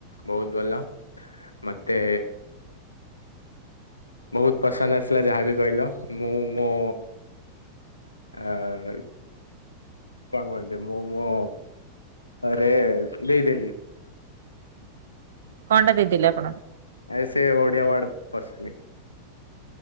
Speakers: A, on the left (about 80°); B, on the right (about 60°).
A: ବହୁତ ଭଲ, ମତେ ବହୁତ ପସନ୍ଦ ଆସିଲା ଯାହାବି କହିଲ ମୁଁ ମୋ ଆ କଣ କୁହନ୍ତି ମୁଁ ମୋ ରେ ଦେଇଦେଲି।
B: କଣ ଟା ଦେଇଦେଲେ ଆପଣ?
A: ଆଇ ସେ ଓଡିଆ ୱାର୍ଡ ପଶୁନି।